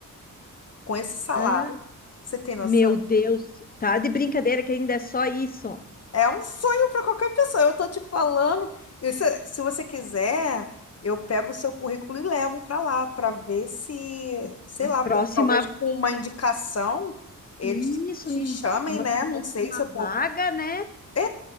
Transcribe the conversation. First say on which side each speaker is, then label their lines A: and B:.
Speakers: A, on the left; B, on the left.
A: com esse salário.
B: Ah,
A: Você tem noção?
B: meu Deus, tá de brincadeira que ainda é só isso.
A: É um sonho para qualquer pessoa. Eu tô te falando. E se, se você quiser, eu pego o seu currículo e levo para lá para ver se, sei lá,
B: Próxima
A: de- talvez com uma indicação eles
B: Isso,
A: te
B: num-
A: chamem,
B: uma
A: né?
B: próxima
A: Não sei se eu
B: vaga, né?
A: É,